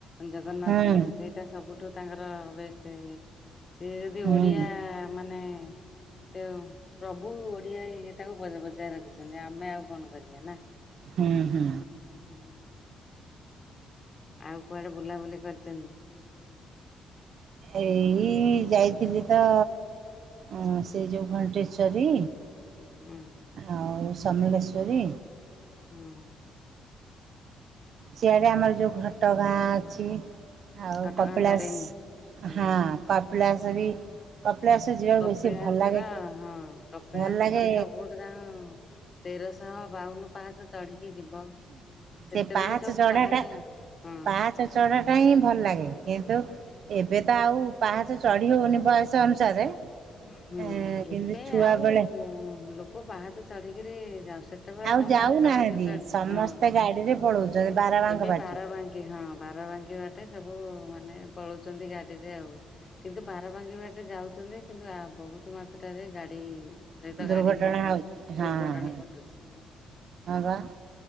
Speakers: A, on the left; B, on the right.
A: ଜଗନ୍ନାଥଙ୍କର
B: ହୁଁ
A: ସେଇଟା ସବୁଠୁ ତାଙ୍କର ବେଷ୍ଟ ଇଏ। ସିଏ ଯଦି
B: ହୁଁ
A: ଓଡିଆ ମାନେ ସେ ପ୍ରଭୁ ଓଡିଆ ଇଏଟାକୁ ବଜ୍ ବଜାୟ ରଖିଛନ୍ତି ଆମେ ଆଉ କଣ କରିବା ନା।
B: ହୁଁ ହୁଁ।
A: ଆଉ କୁଆଡେ ବୁଲାବୁଲି କରିଛନ୍ତି?
B: ଏଇ ଯାଇଥିଲି ତ ଅଁ ସେ ଯେଉଁ ଘଣ୍ଟେଶ୍ଵରୀ।
A: ହୁଁ।
B: ଆଉ ସମଲେଶ୍ଵରୀ।
A: ହୁଁ ହୁଁ।
B: ସିଆଡେ ଆମର ଯୋଉ ଘଟ ଗାଁ ଅଛି। ଆଉ
A: ଘଟଗାଁ
B: କପିଳାସ
A: ତାରିଣୀ। ହୁଁ।
B: ହଁ କପିଳାସ ବି କପିଳାସ ଯିବାକୁ
A: କପିଳାସର
B: ବେଶୀ ଭଲ ଲାଗେ
A: ହଁ କପିଳାସର
B: ଭଲ ଲାଗେ
A: ସବୁଠୁ ତାଙ୍କ ତେରଶହ ବାଉନ ପାହାଚ ଚଢିକି ଯିବ। ସେତେବେଳେ
B: ସେ ପାହାଚ
A: ସବୁ
B: ଚଢ଼ାଟା
A: ପାହାଚ ହଁ-।
B: ପାହାଚ ଚଢ଼ାଟା ହିଁ ଭଲ ଲାଗେ। କିନ୍ତୁ ଏବେ ତ ଆଉ ପାହାଚ ଚଢି ହଉନି ବୟସ ଅନୁସାରେ।
A: ହୁଁ
B: ଏଁ କିନ୍ତୁ
A: ଏବେ
B: ଛୁଆ
A: ଆଉ
B: ବେଳେ
A: ଲୋକ ପାହାଚ ଚଢିକିରି ଯାଉ ସେ ସେତେବେଳେ
B: ଆଉ
A: ସବୁ
B: ଯାଉନାହାନ୍ତି
A: ଆମ ପାହାଚ ଚଢ଼ି
B: ସମସ୍ତେ
A: ହଁ
B: ଗାଡ଼ିରେ ପଳଉଛନ୍ତି ବାରବାଙ୍କ
A: ଏବେ
B: ପାଟି
A: ବାରବାଙ୍କ କି ହଁ ବାର ବାଙ୍କି ବାଟେ ସବୁ ମାନେ ପଳଉଛନ୍ତି ଗାଡିରେ ଆଉ। କିନ୍ତୁ ବାରବାଙ୍କି ବାଟେ ଯାଉଛନ୍ତି କିନ୍ତୁ ଆ ବହୁତ ମାତ ଟରେ ଗାଡି ସହିତ
B: ଦୁର୍ଘଟଣା
A: ଗାଡି ଧ
B: ହଉଛି ହଁ ହଁ
A: ଦୁର୍ଘଟଣା ଘଟୁଛି।
B: ହଁ ବା।